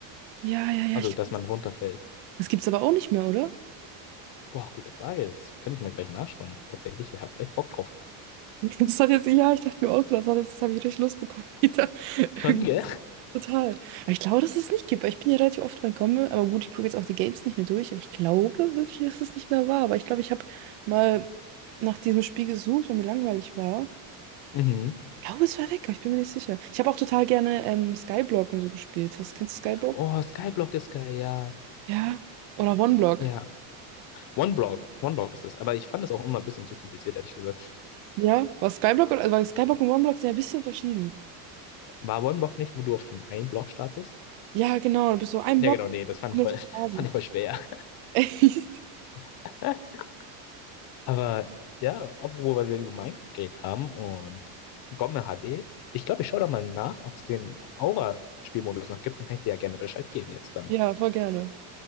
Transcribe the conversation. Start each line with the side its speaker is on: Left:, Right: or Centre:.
Right: Ja, ja, ja.
Left: Also,
Right: Ich...
Left: dass man runterfällt.
Right: Das gibt's aber auch nicht mehr, oder?
Left: Boah, gute Frage. Das könnte ich mal gleich nachschauen. Tatsächlich, ich hab echt Bock drauf.
Right: <laughs> Das hat jetzt, ja, ich dachte mir auch, das hat jetzt, das habe ich richtig Lust bekommen <laughs> wieder.
Left: Schon,
Right: Irgendwie
Left: gell?
Right: Total. Aber ich glaube, dass es nicht gibt. Ich bin ja relativ oft bei Komme, aber gut, ich gucke jetzt auch die Games nicht mehr durch. Aber ich glaube wirklich, dass es nicht mehr war. Aber ich glaube, ich habe mal nach diesem Spiel gesucht, weil mir langweilig war.
Left: Mhm.
Right: Ich glaube, es war weg, aber ich bin mir nicht sicher. Ich habe auch total gerne ähm, Skyblock und so gespielt. Hast, kennst du Skyblock?
Left: Oh, Skyblock ist geil, ja.
Right: Ja. Oder OneBlock.
Left: Ja. OneBlock. OneBlock ist es. Aber ich fand es auch immer ein bisschen zu kompliziert, ehrlich gesagt.
Right: Ja. War Skyblock oder, weil Skyblock und OneBlock sind ja ein bisschen verschieden.
Left: War OneBlock nicht, wo du auf dem einen Block startest?
Right: Ja, genau. Du bist so ein
Left: Ja,
Right: Block
Left: genau,
Right: und
Left: nee, das
Right: dann
Left: fand
Right: haben
Left: ich
Right: wir
Left: voll,
Right: so
Left: <laughs>
Right: Phasen.
Left: fand ich voll schwer.
Right: <laughs> Echt?
Left: <laughs> Aber ja, apropos, weil wir über Minecraft geredet haben und Gomme HD. Ich glaube, ich schaue da mal nach, ob es den Aura-Spielmodus noch gibt. Dann kann ich dir ja gerne Bescheid geben jetzt dann.
Right: Ja, voll gerne.